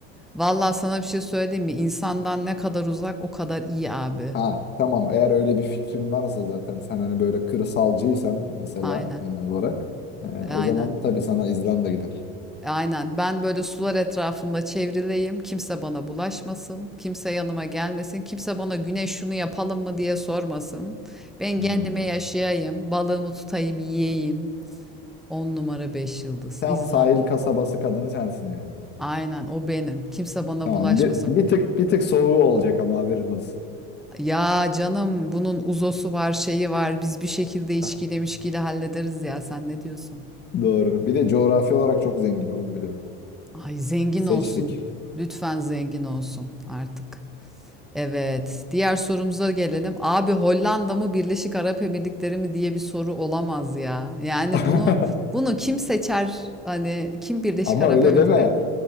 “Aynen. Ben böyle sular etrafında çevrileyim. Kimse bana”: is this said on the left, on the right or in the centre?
Centre